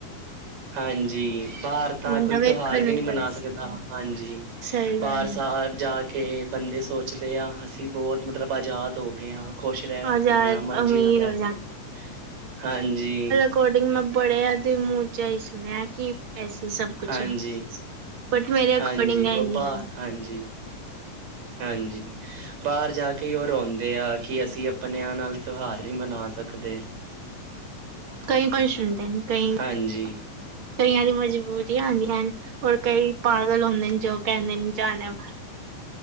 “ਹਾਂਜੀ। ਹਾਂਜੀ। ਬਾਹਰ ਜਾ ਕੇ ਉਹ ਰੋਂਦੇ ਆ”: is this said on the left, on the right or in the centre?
Right